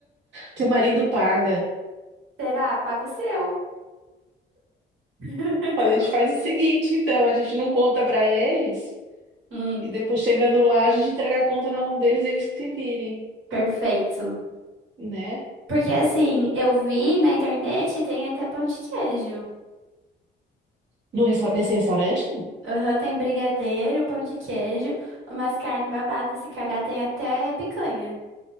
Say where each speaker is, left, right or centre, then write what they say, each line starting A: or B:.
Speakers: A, on the right (about 65°); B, on the right (about 80°).
A: Teu marido paga.
B: Será? Paga o seu. <laughs>
A: Olha, a gente faz o seguinte, então, a gente não conta pra eles,
B: Hum,
A: e depois chegando lá, a gente entrega a conta na mão deles e eles que se virem,
B: perfeito.
A: né?
B: Porque assim, eu vi na internet tem até pão de queijo.
A: No resta- nesse restaurante?
B: Aham, tem brigadeiro, pão de queijo, umas carnes babadas, se calhar tem até picanha.